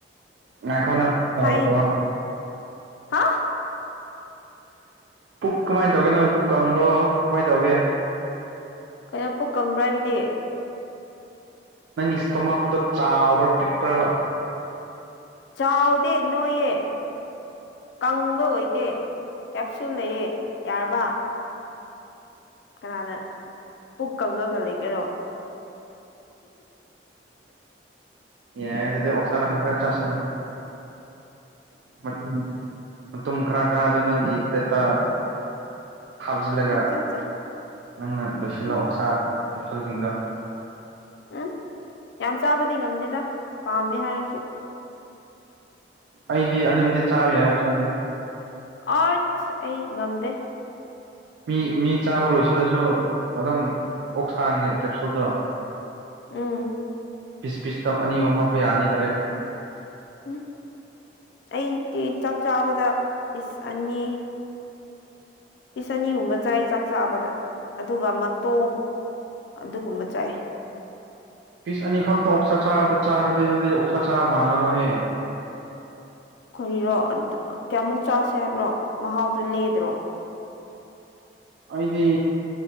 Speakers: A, on the right; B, on the left.
A: ꯉꯥꯈꯣ ꯅꯪ <unintelligible>
B: ꯊꯥꯏꯅ ꯍꯥ
A: ꯄꯨꯛ ꯀꯃꯥꯏꯅ ꯇꯧꯒꯦ ꯅꯪ ꯄꯨꯛ ꯀꯪꯕ꯭ꯔꯣ ꯀꯃꯥꯏ ꯇꯧꯒꯦ
B: ꯀꯩꯅꯣ ꯄꯨꯛ ꯀꯪꯕ꯭ꯔꯥ ꯍꯥꯏꯕꯗꯤ
A: ꯅꯪꯒꯤ ꯏꯁꯇꯣꯃꯥꯛꯇꯣ ꯆꯥꯎꯕ꯭ꯔꯥ ꯄꯤꯛꯄ꯭ꯔꯥꯕ
B: ꯆꯥꯎꯗꯦ ꯅꯣꯏꯌꯦ ꯀꯪꯕ ꯑꯣꯏꯗꯦ ꯀꯦꯞꯁꯨ ꯂꯩꯌꯦ ꯌꯥꯔꯕ ꯀꯅꯥꯅ ꯄꯨꯛ ꯀꯪꯉꯒ ꯂꯩꯒꯦꯔꯣ
A: ꯌꯥꯑꯦꯗꯨꯗꯤ ꯑꯣꯛꯁꯥꯗꯣ ꯈꯔ ꯈꯔ ꯆꯥꯁꯤꯂꯣ ꯃꯇꯨꯝ ꯃꯇꯨꯝ ꯈꯔ ꯈꯔꯗꯣ ꯅꯪꯒꯤ ꯄ꯭ꯂꯦꯠꯇ ꯍꯥꯞꯆꯜꯂꯒ
B: ꯑꯠꯆꯥ ꯑꯠꯆꯥ
A: ꯅꯪꯅ ꯂꯣꯏꯁꯤꯜꯂꯣ
B: ꯎꯝ
A: ꯑꯣꯛꯁꯥ ꯀꯦꯞꯁꯨꯜꯁꯤꯡꯗꯣ
B: ꯎꯝ ꯌꯥꯝ ꯆꯥꯕꯗꯤ ꯉꯝꯗꯦꯗ ꯄꯥꯝꯃꯦ ꯍꯥꯏꯔꯁꯨ
A: ꯑꯩꯗꯤ ꯑꯟꯂꯤꯃꯤꯇꯦꯠ ꯆꯥꯕ ꯌꯥꯏ ꯑꯣꯛꯁꯥꯗꯤ
B: ꯑꯁ ꯑꯩ ꯉꯝꯗꯦ
A: ꯃꯤ ꯃꯤ ꯆꯥꯕ ꯂꯣꯏꯁꯤꯜꯂꯁꯨ ꯑꯗꯨꯝ ꯑꯣꯛꯁꯥꯒꯤ ꯀꯦꯞꯁꯨꯜꯗꯣ
B: ꯎꯝ
A: ꯄꯤꯁ ꯄꯤꯁꯇ ꯑꯅꯤ ꯑꯍꯨꯝ ꯍꯥꯞꯄ ꯌꯥꯅꯤ ꯗꯥꯏꯔꯦꯛ
B: ꯎꯝ ꯑꯩꯗꯤ ꯆꯥꯛ ꯆꯥꯕꯗ ꯄꯤꯁ ꯑꯅꯤ ꯄꯤꯁ ꯑꯅꯤꯒꯨꯝꯕ ꯆꯥꯏ ꯆꯥꯛ ꯆꯥꯕꯗ ꯑꯗꯨꯒ ꯃꯇꯣꯡ ꯑꯗꯨꯒꯨꯝꯕ ꯆꯥꯏ
A: ꯄꯤꯁ ꯑꯅꯤꯈꯛꯇ ꯑꯣꯛꯁꯥ ꯆꯥꯕꯗ ꯆꯥꯔꯗꯤ ꯑꯗꯨꯗꯤ ꯑꯣꯛꯁꯥ ꯆꯥꯕ ꯃꯥꯟꯜꯂꯔꯣꯏꯍꯦ
B: ꯀꯔꯤꯔꯣ ꯀꯌꯥꯝꯃꯨꯛ ꯆꯥꯁꯦ ꯍꯥꯏꯕ꯭ꯔꯣ ꯃꯍꯥꯎꯗꯣ ꯂꯦꯗ꯭ꯔꯣ <inaudible>
A: ꯑꯩꯗꯤ